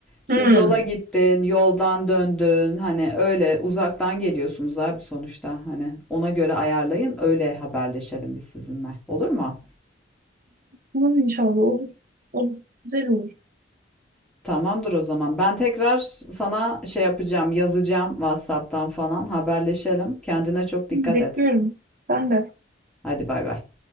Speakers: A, in the centre; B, on the right.
A: Çünkü
B: Hı.
A: yola gittin, yoldan döndün. Hani öyle uzaktan geliyorsunuz abi sonuçta. Hani ona göre ayarlayın. Öyle haberleşelim biz sizinle. Olur mu?
B: Umarım inşallah olur. Olur. Güzel olur.
A: Tamamdır o zaman. Ben tekrar sana şey yapacağım, yazacağım WhatsApp'tan falan haberleşelim. Kendine çok dikkat
B: Bekliyorum.
A: et.
B: Sen de.
A: Hadi bay bay.